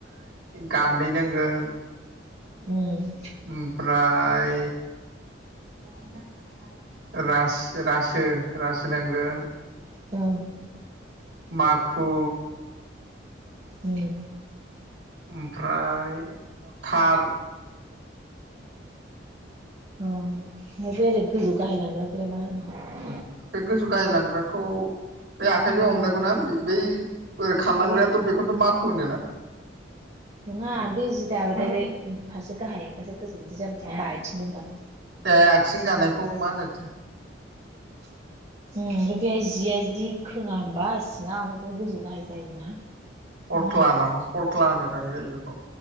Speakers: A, on the right; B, on the right.
A: गान्दैनांगोन।
B: <unintelligible>
A: ओमफ्राय <unintelligible> रास रासो रासो नांगोन।
B: औ।
A: माखु
B: उम।
A: ओमफ्राय थार
B: अ ओमफ्राय बेलेग गोजौ गाहाय लांग्राखौलाय मा होनो?
A: बे गोजौ गाहाय लांग्राखौ बे आखाइजों हमनायखौ ना बै ओरै खारलांग्रायाथ'
B: दालाय
A: बेखौनोथ' मााखु होन ना?
B: नङा बे जि दाबथायलाय फारसे गाहाय फारसे गोजौ बिदि जाबायथायाया होमबा आथिंजोंखाबा
A: ए आथिं जानायखौ मा होनो? <inaudible>
B: उम <unintelligible> बेहाय जिया जुदि खोङा होमबा सिङा ओमफ्राय बे गोजौ गाहाय जायोना?
A: हरख्ला
B: मा होनो
A: होनाव खरख्ला होनोदांलै बेखौ